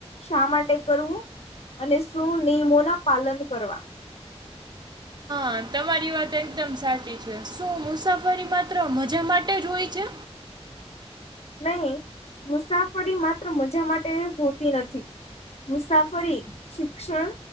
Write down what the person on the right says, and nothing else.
હા તમારી વાત એકદમ સાચી છે, શું મુસાફરી માત્ર મજા માટે જ હોય છે?